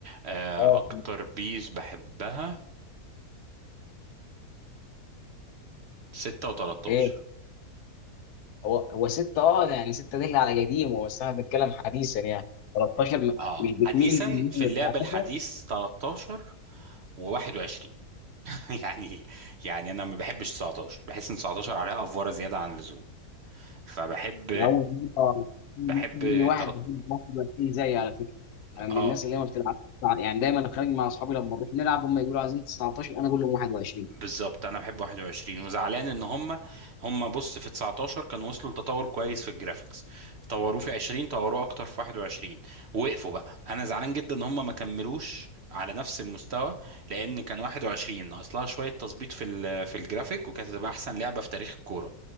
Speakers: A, on the right; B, on the left.
A: آه
B: اه
A: اكتر بيس بحبها 6 و13
B: ايه هو هو 6 اه يعني 6 دي اللي على قديمه بس انا بتكلم حديثا يعني 13 م-
A: اه
B: مش بتميل
A: حديثا في
B: لل
A: اللعب
B: 19
A: الحديث 13 و21 <laughs> يعني يعني انا ما بحبش 19 بحس ان 19 عليها افوره زياده عن اللزوم فبحب
B: من اول مره
A: بحب
B: يجي واحد
A: تلت...
B: يجيب 21 زيي على فكره انا من
A: اه
B: الناس اللي هي ما بتلعب يعني دايما انا خارج مع اصحابي لما بنروح نلعب هم يقولوا عايزين 19 انا اقول لهم 21
A: بالظبط انا بحب 21 وزعلان ان هم هم بص في 19 كانوا وصلوا لتطور كويس في الجرافيكس طوروه في 20 طوروه اكتر في 21 وقفوا بقى انا زعلان جدا ان هم ما كملوش على نفس المستوى لان كان 21 ناقص لها شويه تظبيط في ال- في الجرافيك وكانت هتبقى احسن لعبه في تاريخ الكوره